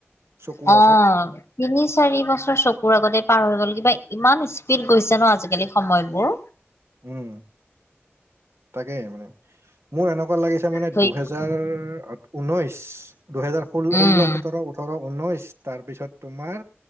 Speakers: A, on the right (about 70°); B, on the left (about 75°).
A: চকুৰ
B: অ'!
A: আগত
B: তিনি- চাৰি বছৰ চকুৰ আগতে, পাৰ হৈ গ'ল। কিবা ইমান, স্পীড গৈছে ন' আজিকালি সময়বোৰ?
A: উম! তাকে মানে, মোৰ এনেকুৱা লাগিছে মানে,
B: ধৰি
A: দুহেজাৰ ঊনৈশ। দুহেজাৰ ষোল্ল,
B: উম
A: ষোল্ল- সোঁতৰ, ওঠৰ-ঊনৈশ। তাৰ পিছত, তোমাৰ